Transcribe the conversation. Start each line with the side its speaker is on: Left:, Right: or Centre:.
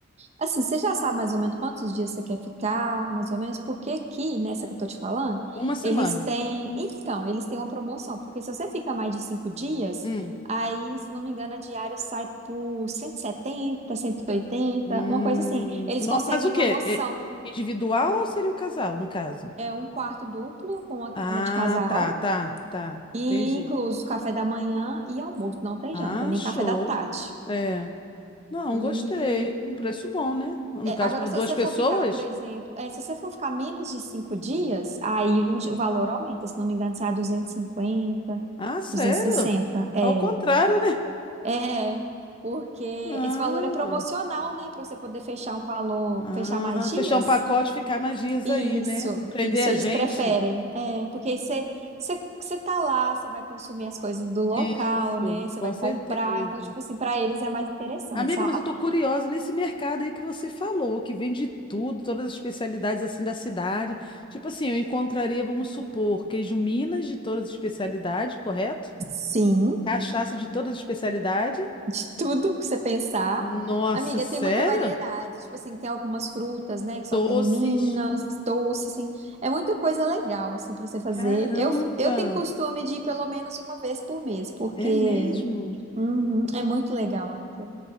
Right: Assim, você já sabe mais ou menos quantos dias você quer ficar, mais ou menos, porque aqui, nessa que eu tô te falando,
Left: Uma semana.
Right: eles têm. Então, eles têm uma promoção, porque se você fica mais de cinco dias,
Left: Hum.
Right: aí, se não me engano, a diária sai por cento cento setenta, cento e oitenta,
Left: Hum,
Right: uma coisa assim. Eles
Left: no-
Right: conseguem
Left: mas o
Right: uma
Left: quê?
Right: promoção.
Left: É individual ou seria o casal, no caso?
Right: É um quarto duplo com uma cama
Left: Ah,
Right: de casal,
Left: tá, tá, tá.
Right: e
Left: Entendi.
Right: incluso café da manhã e almoço. Não tem
Left: Ah,
Right: janta, nem
Left: show.
Right: café da tarde.
Left: É. Não,
Right: E
Left: gostei. Um preço bom, né? No
Right: É,
Left: caso,
Right: agora,
Left: para
Right: se
Left: duas
Right: você
Left: pessoas?
Right: for ficar, por exemplo, é, se você for ficar menos de cinco dias, aí o, di- o valor aumenta. Se não me engano, sai 250,
Left: Ah, sério?
Right: 260. É,
Left: Ao contrário, né?
Right: é, porque
Left: Ah,
Right: esse valor é promocional, né? Para você poder fechar um valor,
Left: ah,
Right: fechar mais dias.
Left: fechar um pacote e ficar mais dias
Right: Isso,
Left: aí, né? Prender
Right: isso eles
Left: a gente.
Right: preferem. É, porque aí você, você, você tá lá, você vai consumir as coisas do local,
Left: Isso,
Right: né? Você
Left: com
Right: vai
Left: certeza.
Right: comprar. Então, tipo assim, para eles é mais interessante,
Left: Amiga,
Right: sabe?
Left: mas eu tô curiosa nesse mercado aí que você falou, que vende tudo, todas as especialidades assim da cidade. Tipo assim, eu encontraria, vamos supor, queijo Minas de todas as especialidades, correto?
Right: Sim.
Left: Cachaça de todas as especialidades.
Right: de tudo que você pensar.
Left: Nossa,
Right: Amiga,
Left: sério?
Right: tem muita variedade. Tipo assim, tem algumas frutas, né, que só
Left: Doces.
Right: tem em Minas, doce, assim. É muita coisa legal, assim, pra você fazer.
Left: Caramba,
Right: Eu, eu tenho costume de ir pelo menos uma vez por mês, porque
Left: é mesmo?
Right: uhum, é muito legal, amiga.